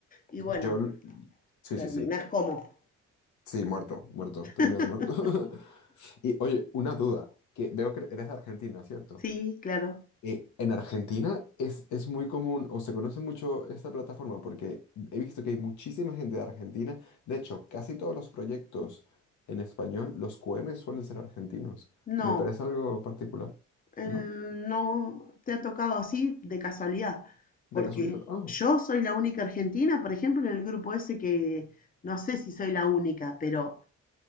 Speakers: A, on the left; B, on the left.
A: y bueno,
B: yo, sí,
A: terminás
B: sí, sí.
A: como.
B: Sí, muerto, muerto.
A: <laughs>
B: Terminas muerto. <laughs> Y oye, una duda, que veo que eres de Argentina, ¿cierto?
A: Sí, claro.
B: Eh, en Argentina es, es muy común o se conoce mucho esta plataforma porque he visto que hay muchísima gente de Argentina. De hecho, casi todos los proyectos en español, los QM suelen ser argentinos. Me
A: No,
B: parece algo particular,
A: el-
B: ¿no?
A: no te ha tocado así de casualidad,
B: De
A: porque
B: casualidad. Ah,
A: yo soy la única argentina, por ejemplo, en el grupo ese que no sé si soy la única, pero